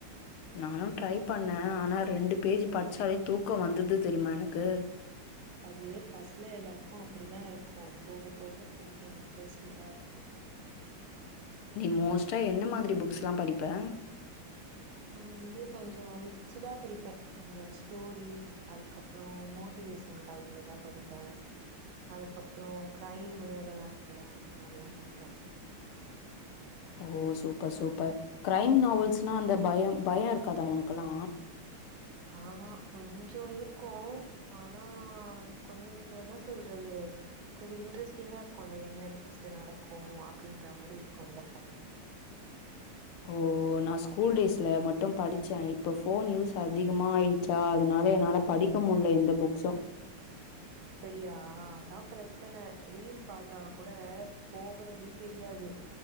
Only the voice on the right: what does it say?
அது ஃபஸ்ட்ல எல்லார்க்கு அப்டி தா இருக்கு போகப்போக படிக்க இன்ட்ரெஸ்டிங்கா இருக்கு
நா வந்து கொஞ்சோ மிக்ஸ்டா படிப்பே அந்த ஸ்டோரி அதுக்கப்புறோ மோட்டிவேஷன் கலந்துதா படிப்பே அதுக்கப்புறோ க்ரைமு இதெல்லாம் இருக்குல்ல அந்த மாரிலா படிப்பே
ஆஹா கொஞ்ச இருக்கும் ஆனா கொஞ்ச என்ன சொல்றது கொஞ்சம் இன்ட்ரெஸ்டிங்கா இருக்கும்ல என்ன நெக்ஸ்ட் நடக்கும் அப்டின்ற மாரி இருக்கும்ல்ல
அப்படியா அதான் பிரச்சனை ரீல் பார்த்தா கூட போகிறது தெரியாது